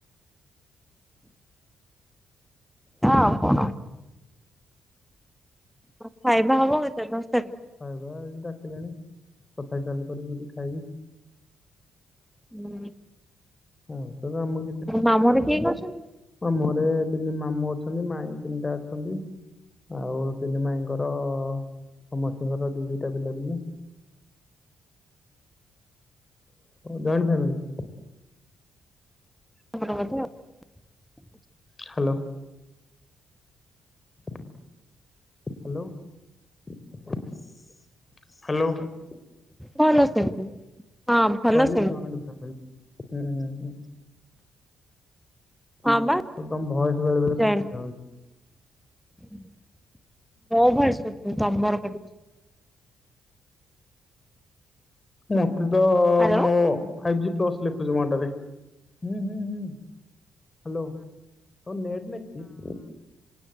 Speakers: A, in the centre; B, on the left (about 25°).
A: ହଁ କଣ? ହଁ ଖାଇବା ହବ ଚାରି ପାଞ୍ଚଟାରେ?
B: ଖାଇବା ଏଇଠି ଡାକିଲେଣି କଥା ହେଇ ସାରିଲା ପରେ ଯିବି ଖାଇବି।
A: ହୁଁ।
B: ହଉ। ତମେ ଆମକୁ କିଛି କହୁନ
A: ମାମୁଁ ଘରେ କିଏ କିଏ ଅଛନ୍ତି?
B: ଆମଘରେ ତିନି ମାମୁଁ ଅଛନ୍ତି ମାଇଁ ତିନିଟା ଅଛନ୍ତି ଆଉ ତିନି ମାଇଁଙ୍କର ସମସ୍ତିଙ୍କର ଦି ଦିଟା ପିଲାପିଲି। Joint family.
A: <unintelligible>
B: Hello. Hello hello.
A: ଭଲ ସେମିତି। ହଁ ଭଲ
B: କହିଲି
A: ସେମିତି
B: ଜଏଣ୍ଟ ଫ୍ୟାମିଲି। ହୁଁ ହୁଁ ହୁଁ।
A: ହଁ ବା
B: ତମ ଭଏସ ବେଳେ ବେଳେ
A: ଜଏଣ୍ଟ
B: କଟି ଯାଉଛି।
A: <inaudible> ମୋ ଭଏସ କଟୁନି ତମର କଟୁଚି।
B: ହଁ। ତ
A: ହ୍ୟାଲୋ
B: ମୋ ଫାଇଭ୍ ଜି ଲେଖୁଛି ମଣ୍ଡରେଁ ହୁଁ ହୁଁ ହୁଁ ହାଲୋ। ନେଟ୍ ନାହିଁ କି?